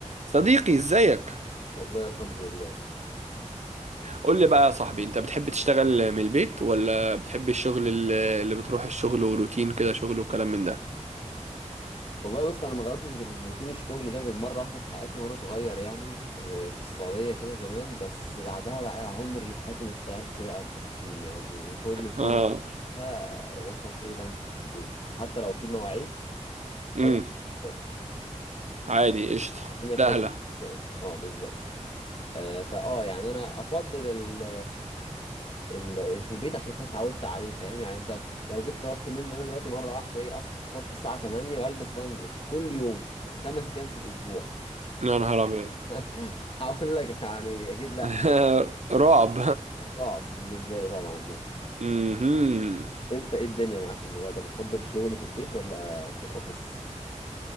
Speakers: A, on the right; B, on the left.
A: صديقي ازيك
B: والله الحمد لله
A: قول لي بقى يا صاحبي انت بتحب تشتغل من البيت ولا بتحب الشغل ال- اللي بتروح الشغل وروتين كده شغل وكلام من ده
B: والله بص انا ما جربتش غير روتين الشغل ده غير مره واحده في حياتي وانا صغير يعني آه، في السعوديه كده زمان بس بعدها بقى عمري في حياتي ما اشتغلت بقى بروتين يعني كل
A: اه
B: شغلي فيها يا باشا فريلانس في البيت حتى لو في مواعيد
A: امم
B: ببقى برضه
A: عادي قشطه
B: الدنيا
A: سهله
B: فليكسبل شويه اه بالظبط آه، فاه يعني انا افضل ال ال في البيت عشان خلاص اتعودت عليه فاهم يعني انت لو جيت طلبت مني إن انا دلوقتي مره واحده ايه اصحى الصبح الساعه 8 والبس وانزل كل يوم خمس ايام في الاسبوع
A: يا نهار ابيض
B: <laughs> هقول لك يعني اكيد لا
A: <laughs> رعب
B: صعب بالنسبه لي طبعا ده
A: <laughs> امم
B: انت ايه الدنيا معاك في الموضوع ده بتفضل الشغل في البيت ولا في الاوفيس